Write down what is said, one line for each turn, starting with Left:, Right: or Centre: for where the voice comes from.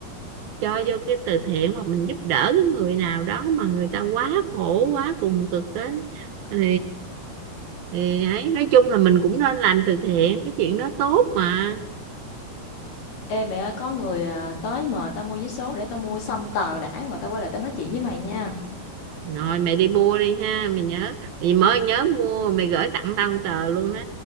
Right: cho vô cái từ thiện hoặc mình giúp đỡ cái người nào đó mà người ta quá khổ quá cùng cực á thì thì ấy nói chung là mình cũng nên làm từ thiện cái chuyện đó tốt mà
Left: Ê mẹ ơi, có người à, tới mời tao mua vé số để tao mua xong tờ đã rồi tao quay lại tao nói chuyện với mày nha.
Right: Rồi mẹ đi mua đi ha, mày nhớ, mày mới nhớ mua, mày gửi tặng tao một tờ luôn đó